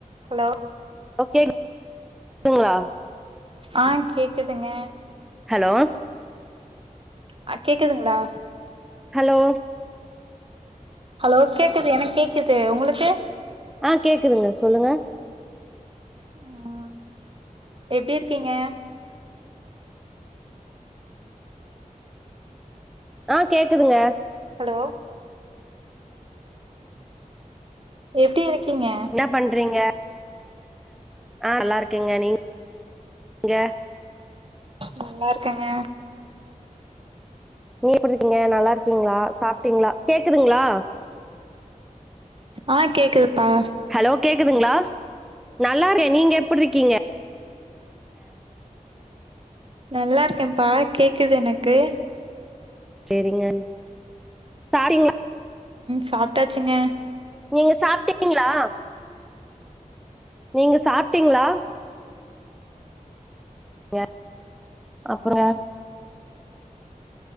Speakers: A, on the right (about 40°); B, in the centre.
A: Hello
B: okay ங்களா
A: ஆ கேக்குதுங்க
B: ஹலோ
A: அ கேக்குதுங்களா
B: ஹலோ
A: ஹலோ கேக்குது எனக் கேக்குது உங்களுக்கு
B: ஆ கேக்குதுங்க சொல்லுங்க
A: ம் எப்டி இருக்கீங்க
B: ஆ கேக்குதுங்க
A: ஹலோ எப்டி இருக்கீங்க
B: ன்ன பண்றீங்க ஆ நல்லா இருக்கேங்க நீங்க
A: நல்லாருக்கங்க
B: நீங் எப்டிருக்கீங்க நல்லா இருக்கீங்ளா சாப்ட்டீங்ளா கேக்குதுங்ளா
A: ஆ கேக்குதுப்பா
B: ஹலோ கேக்குதுங்ளா நல்லா இருக்கே நீங்க எப்புட்ருக்கீங்க <inaudible>
A: நல்லா இருக்கேம்ப்பா கேக்குது எனக்கு
B: சேரிங்க சாரிங்
A: சாப்ட்டாச்சுங்க
B: நீங்க சாப்ட்டீங்ளா நீங்க சாப்ட்டீங்ளா <inaudible> அப்றோ